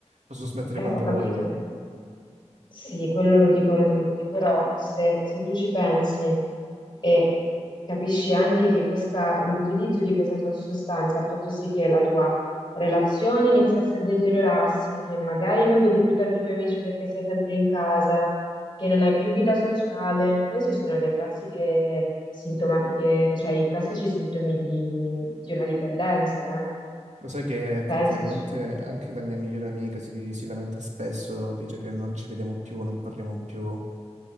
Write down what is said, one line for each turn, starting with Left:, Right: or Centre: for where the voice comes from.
Right: Posso smettere
Left: Eh,
Right: quando
Left: ho capito.
Right: voglio.
Left: Sì, quello lo dicono tutti, però se, se tu ci pensi e capisci anche che questa- l'utilizzo di questa to- sostanza ha fatto sì che la tua relazione iniziasse a deteriorarsi, che magari non vedi più tanti tuoi amici perché sei sempre in casa, che non hai più vita sociale, queste sono le classiche sintomatiche, cioè i classici sintomi di, di una dipendenza, eh?
Right: Lo sai che effettivamente
Left: Pensaci.
Right: anche la mia migliore amica si, si lamenta spesso, dice che non ci vediamo più, non parliamo più,